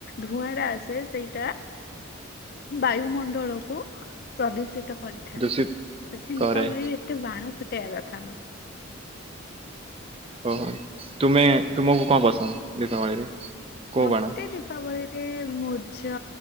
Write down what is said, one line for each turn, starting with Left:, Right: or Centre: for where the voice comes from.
Left: ଧୂଆଁ ରା ଆସେ ସେଇଟା ବାୟୁମଣ୍ଡଳକୁ ପ୍ରଦୁସିତ ତ କରିଥାଏ
Right: ଦୂଷିତ
Left: ସେଥି
Right: କରେ
Left: ଦୀପାବଳିରେ ଏତେ ବାଣ ଫୁଟେଇବା କଥାନୁ
Right: ଓ ହୋ ତୁମେ ତୁମକୁ କ ପସନ୍ଦ ଦୀପାବଳିରେ? କୋଉ
Left: ମତେ
Right: ବାଣ
Left: ଦୀପାବଳିରେ ମୂଜ